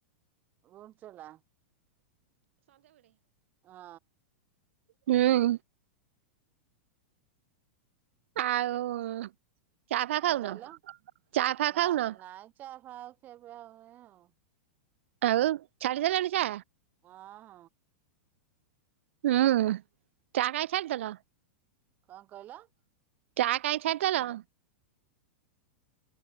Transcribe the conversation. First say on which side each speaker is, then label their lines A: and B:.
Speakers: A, on the right; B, on the right.
A: ଉଞ୍ଚଲା ହଁ।
B: ହଁ। ଆଉ ଚା ଫା
A: କଣ
B: ଖାଉନ?
A: କହିଲ?
B: ଚା ଫା
A: ନା
B: ଖାଉନ?
A: ନାଇଁ ଚା ଭଉ କେବେ ଆ ହୁଏ ଆଉ।
B: ଆଉ ଛାଡିଦେଲାଣି ଚା?
A: ହ ହ।
B: ହୁଁ ଚା କାଇ ଛଲ ତଲ?
A: କଣ କହିଲା?
B: ଚା କାଇଁ ଛାଡିଦେଲା?